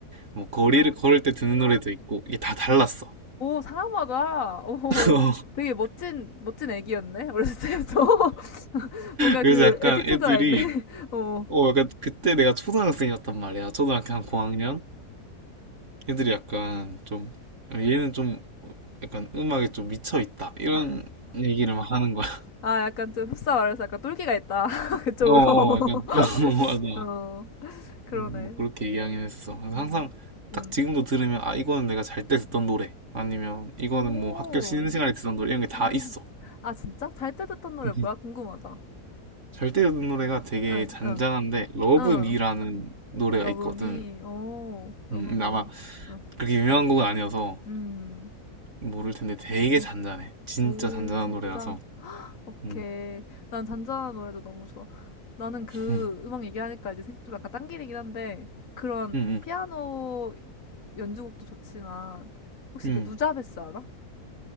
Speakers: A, on the right (about 50°); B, on the left (about 60°).
A: 뭐 거리를 걸을 때 듣는 노래도 있고 이게 다 달랐어
B: 상하마다 오
A: <laughs>
B: 되게 멋진 멋진 애기였네 어렸을 때부터 <laughs> 뭔가
A: 그래서
B: 그
A: 약간
B: 에티튜드가
A: 애들이
B: 있네 <laughs> 어어어어
A: 어 약간 그때 내가 초등학생이었단 말이야 초등학교 한 고학년 애들이 약간 좀 어, 얘는 좀 약간 음악에 좀 미쳐 있다 이런
B: 아,
A: 얘기를 막 하는 거야 <laughs>
B: 아, 약간 좀 흡사 말해서 약간 똘끼가 있다. <laughs> 그쪽으로.
A: 어어 약간 <laughs>
B: <laughs>
A: 어, 맞아
B: 어, 그러네.
A: 음, 뭐 그렇게 얘기하긴 했어. 그래서
B: 음,
A: 항상 딱
B: 음.
A: 지금도 들으면 아 이거는 내가 잘 때 듣던 노래 아니면 이거는
B: 오,
A: 뭐 학교 쉬는 시간에 듣던 노래 이런 게 다
B: 음.
A: 있어.
B: 아, 진짜? 잘 때 듣던 노래
A: <laughs>
B: 뭐야? 궁금하다.
A: 잘 때 듣는 노래가 되게
B: 응,
A: 잔잔한데
B: 응,
A: 러브
B: 응.
A: 미라는 노래가
B: 러브미,
A: 있거든.
B: 오, 러브미.
A: 음, 근데 아마
B: 응,
A: 그렇게 유명한 곡은 아니어서
B: 음,
A: 모를 텐데 되게
B: 응.
A: 잔잔해. 진짜
B: 오,
A: 잔잔한
B: 진짜?
A: 노래라서.
B: 오케이.
A: 음,
B: 난 잔잔한 노래도 너무 좋아. 나는 그
A: 음,
B: 음악 얘기하니까 이제 생- 좀 약간 딴길이긴 한데, 그런
A: 음,
B: 피아노
A: 음.
B: 연주곡도 좋지만, 혹시
A: 음.
B: 그 누자베스 알아?